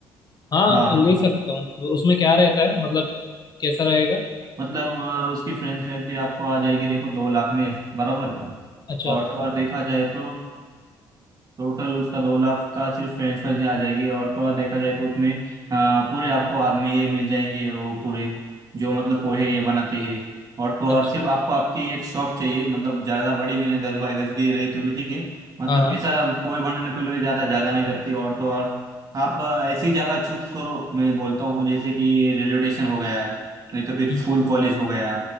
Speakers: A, on the left; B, on the right.
A: हाँ
B: हाँ
A: ले सकता हूँ उसमें क्या रहता है मतलब कैसा रहेगा
B: मतलब अ, उसकी फ्रेंचाइजी आपको आ जाएगी देखो दो लाख में बराबर
A: अच्छा
B: और तो और देखा जाए तो टोटल उसका दो लाख का सिर्फ फ्रेंच फ्राइज आ जाएगी और तो और देखा जाए तो उसमें अ, पूरे आपको बाद में ये मिल जाएंगे वो पूरे जो मतलब पोहे ये बनाते हैं और तो और
A: अच्छा
B: सिर्फ आपको आपकी एक शॉप चाहिए मतलब ज़्यादा बड़ी भी नहीं दस बाई दस की रही तो भी ठीक है मतलब
A: हाँ हाँ
B: कैसा पोहे बनाने के लिए ज़्यादा जगह नहीं लगती और तो और आप अ, ऐसी जगह चूज करो मैं बोलता हूँ जैसे कि रेलवे स्टेशन हो गया नहीं तो फिर
A: हम्म,
B: स्कूल कॉलेज हो गया